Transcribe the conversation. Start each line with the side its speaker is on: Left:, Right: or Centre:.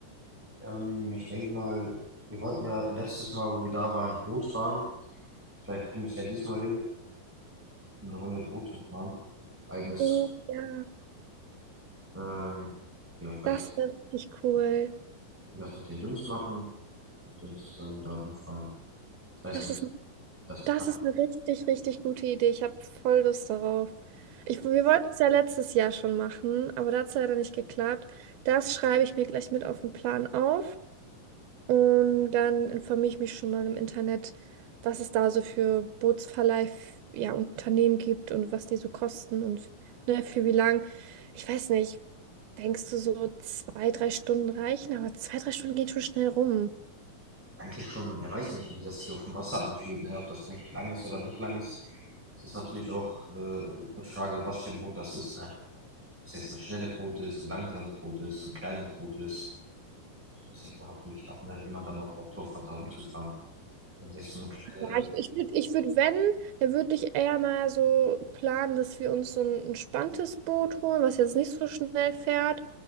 Centre: Ähm, ich denke mal, wir wollten ja letztes Mal, wo wir da waren, Boot fahren. Vielleicht kriegen wir es ja diesmal hin, eine Runde Boot zu fahren. Eigenes
Right: Oh
Centre: zu.
Right: ja,
Centre: Ähm, ja, ich weiß
Right: das
Centre: nicht,
Right: wäre richtig cool.
Centre: ob wir das mit den Jungs machen, mit denen zusammen da rumfahren. Ich weiß
Right: Das
Centre: nicht,
Right: ist,
Centre: das Plan.
Right: das ist eine richtig, richtig gute Idee. Ich habe voll Lust darauf. Ich, wir wollten es ja letztes Jahr schon machen, aber da hat es leider nicht geklappt. Das schreibe ich mir gleich mit auf den Plan auf. Und dann informiere ich mich schon mal im Internet, was es da so für Bootsverleih, ja, Unternehmen gibt und was die so kosten und ne, für wie lang. Ich weiß nicht, denkst du so zwei, drei Stunden reichen? Aber zwei, drei Stunden gehen schon schnell rum.
Centre: eigentlich schon, er weiß nicht, wie das hier auf dem Wasser anfühlt, ne? Ob das eigentlich lang ist oder nicht lang ist. Das ist natürlich auch äh, eine Frage, was für ein Boot das ist, ne? Ob das jetzt ein schnelles Boot ist, ein langsames Boot ist, ein kleines Boot ist. So, das hängt man natürlich ab, ne? Wie man dann auch Bock drauf hat, da rumzufahren. Wenn es jetzt so eine kleine,
Right: Ja, ich, ich würde, ich würd, wenn, dann würde ich eher mal so planen, dass wir uns so ein entspanntes Boot holen, was jetzt nicht so schnell fährt,